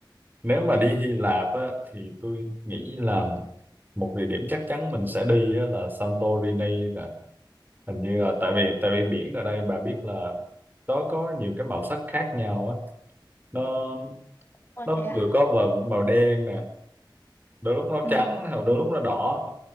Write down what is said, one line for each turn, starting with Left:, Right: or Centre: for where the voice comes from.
Right: nếu mà đi Hy Lạp á thì tôi nghĩ là một địa điểm chắc chắn mình sẽ đi á, là Santorini rồi hình như là tại vì tại vì biển ở đây bà biết là nó có nhiều cái màu sắc khác nhau á nó
Left: ôi
Right: nó
Left: thế à
Right: vừa có vào màu đen nè đôi lúc nó
Left: ừ.
Right: trắng hoặc đôi
Left: Ừ.
Right: lúc nó đỏ